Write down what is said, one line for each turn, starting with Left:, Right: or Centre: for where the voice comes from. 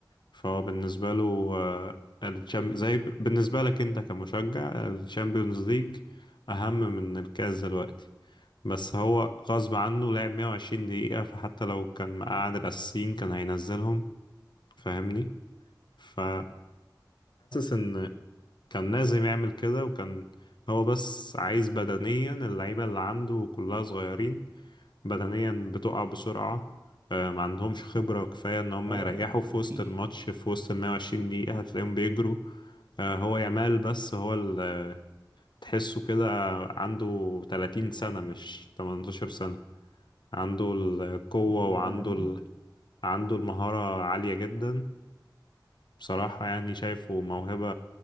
Left: فهو بالنسبة له آه، الشام... زي ب... بالنسبة لك انت كمشجع الشامبيونز ليج اهم من الكاس دلوقتي بس هو غصب عنه لعب 120 دقيقة فحتى لو كان مقعد الأساسيين كان هينزلهم فاهمني فحاسس إن كان
Right: أنا
Left: لازم
Right: عارف.
Left: يعمل كده وكان هو بس عايز بدنيا اللعيبة اللي عنده كلها صغيرين بدنيا بتقع بسرعة آه، ما عندهمش خبرة كفاية إن هم
Right: اه
Left: يريحوا
Right: ما
Left: في وسط
Right: فيش
Left: الماتش في وسط ال 120 دقيقة هتلاقيهم بيجروا آه، هو يامال بس هو اللي تحسه كده عنده 30 سنة مش 18 عنده القوة
Right: لا
Left: وعنده
Right: لامين
Left: ال... عنده المهارة عالية جدا بصراحة يعني شايفه موهبة